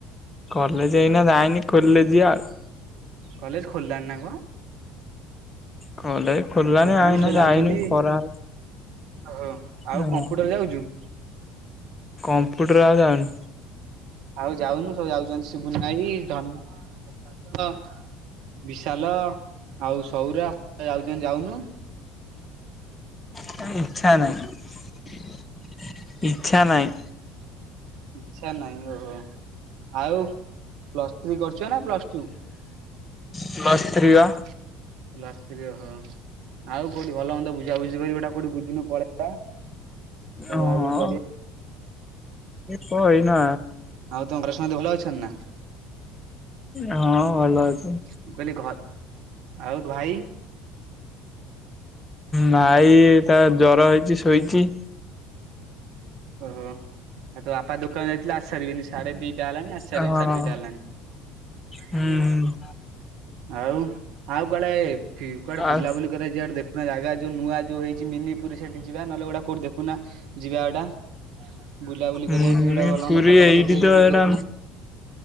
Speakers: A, on the left; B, on the right.
A: କଲେଜ ଏଇନା ଯାଇନି ଖୋଲିଲେ ଯିବା ଆଉ।
B: କଲେଜ ଖୋଲିଲାଣି ନା କଣ?
A: କଲେଜ ଖୋଲିଲାଣିି
B: ଖୋଲିଲାଣି
A: ଏଇନେ
B: ଛୁଆ ଯାଉଛନ୍ତି
A: ଯାଇନି ଖରା
B: ଓହୋ
A: ହଁ
B: ଆଉ କମ୍ପ୍ୟୁଟର ଯାଉଛୁ।
A: କମ୍ପ୍ୟୁଟର ଆଉ ଯାଉନି।
B: ଆଉ ଯାଉନୁ ସବୁ ଯାଉଛନ୍ତି ଶିବୁନ ଭାଇ ଧନ ବିଶାଲ ଆଉ ସଉରା ଯାଉଚନ୍ତି ଯାଉନୁ।
A: କାଇଁ ଇଚ୍ଛା ନାହିଁ। ଇଚ୍ଛା ନାଇଁ।
B: ଇଚ୍ଛା ନାହିଁ ଓ ହୋ ଆଉ ପ୍ଲସ ଥ୍ରୀ କରିଛ ନା ପ୍ଲସ ଟୁ?
A: ପ୍ଲସ୍ ଥ୍ରୀ ବା
B: କ୍ଲାସ ସ୍ତ୍ରୀ ଓହୋ। ଆଉ କୋଉଠି ଭଲ ହୁଅତା ବୁଝାବୁଝି କରି ଗୋଟେ କୋଉଠି ବୁଝୁନୁ ପଳେଇବା।
A: ହଁ।
B: ରୋଳା ରୋଳି କରିବା।
A: ହଁ ଏଇନା
B: ଆଉ ତମ ଘରେ ସମସ୍ତେ ଭଲ ଅଛନ୍ତି ନା
A: ହଁ ଭଲ ଅଛି।
B: ମୁଁ କହିଲି ଘ ଆଉ ଭାଇ?
A: ଭାଇ ତାର ଜର ହେଇଚି ଶୋଇଚି।
B: ଓହୋ ଆଉ ତୋ ବାପା ଦୋକାନ ଯଥିଲେ ଆସି ସାରିବେନି ସାଢ଼େ ଦିଇ ହେଲାଣି ଆସିସାରିବେଣି
A: ହଁ
B: ସାଢ଼େ ଦିଇଟା ହେଲାଣି।
A: ହୁଁ
B: ଆଉ ଆଉ କୁଆଡେ ଫି କୁଆଡେ ବୁଲାବୁଲି
A: ଆଉ
B: କରିଇବାକୁ ଯିବା? ସେ ଦେଖୁନା ଜାଗା ଯୋଉ ନୂଆ ଯୋଉ ହେଇଚି ମିନି ପୁରୀ ସେଠି ଯିବା ନହେଲେ ଗୁଟା କୋଠି ଦେଖୁନା ଯିବା ଏଟା ବୁଲାବୁଲି କରିବାକୁ
A: ମିନି
B: କି ଗୋଟେ ଭଲ
A: ପୁରୀ
B: ହ ଫଟୋ
A: ଏଇଠି
B: ଫଟ ଉଠେଇ
A: ତ
B: ଗୋଟେ
A: ଏଇଟା
B: ଦେଖୁନ।